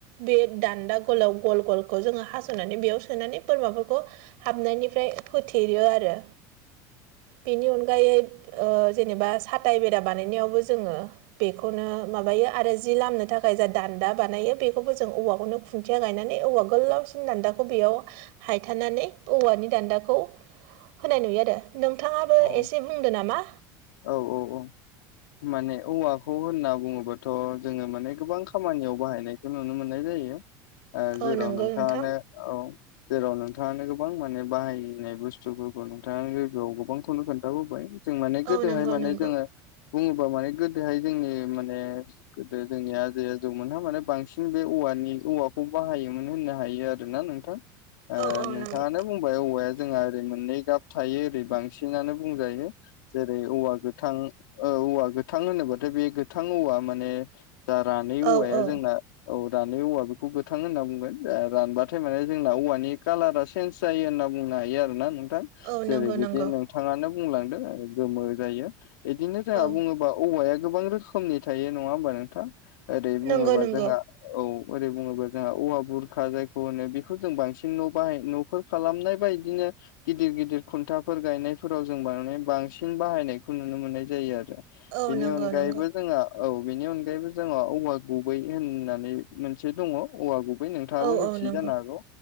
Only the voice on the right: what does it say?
बे दान्दा गलाव गल गलखौ जोङो हास'नानै बेयाव सोनानै बोरमाफोरखौ हाबनायनिफ्राय होथेयो आरो बेनि अनगा गायै ओ जेनेबा साथाय बेरा बानायनायावबो जोङो बेखौनो माबायो आरो जि लामनो थाखाय जा दान्दा बानायो बेखौबो जों औवाखौनो खुनथिया गायनानै औवा गोलावसिन दान्दाखौ बेयाव हायथानानै औवानि दान्दाखौ होनाय नुयो आरो नोंथाङाबो
एसे बुंदों नामा?
औ नंगौ
नोंथां
औ नंगौ
नंगौ
औ औ
नंगौ
औ
औ
औ
नंगौ
नंगौ
औ
नंगौ नंगौ
औ
नंगौ
नंगौ
औ
औ नंगौ